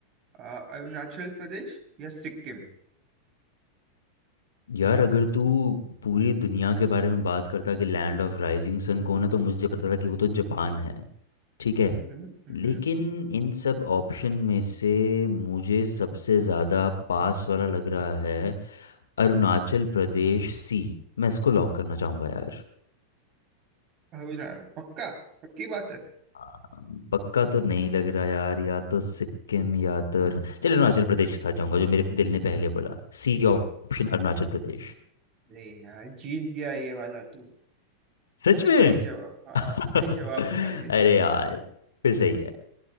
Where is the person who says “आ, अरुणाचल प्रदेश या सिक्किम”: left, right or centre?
Right